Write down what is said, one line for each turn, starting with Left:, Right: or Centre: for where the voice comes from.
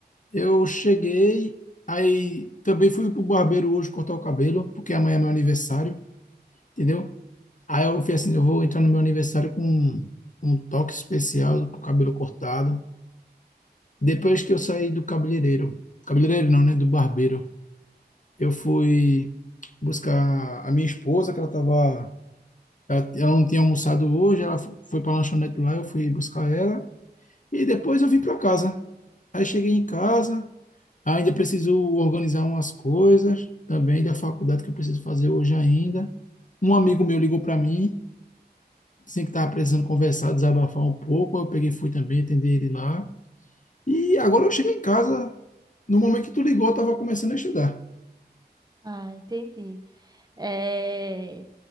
Left: Eu cheguei, aí também fui pro barbeiro hoje cortar o cabelo, porque amanhã é meu aniversário, entendeu? Aí eu fui assim, eu vou entrar no meu aniversário com um um toque especial, com o cabelo cortado. Depois que eu saí do cabeleireiro, cabeleireiro não, né? Do barbeiro, eu fui buscar a minha esposa, que ela tava, ela, ela não tinha almoçado hoje, ela fo- foi para lanchonete lá, eu fui buscar ela e depois eu vim para casa. Aí cheguei em casa, ainda preciso organizar umas coisas também da faculdade que eu preciso fazer hoje ainda. Um amigo meu ligou para mim, disse que estava precisando conversar, desabafar um pouco, eu peguei e fui também atender ele lá. E agora eu cheguei em casa, no momento que tu ligou, eu estava começando a estudar.
Right: Ah, entendi. É...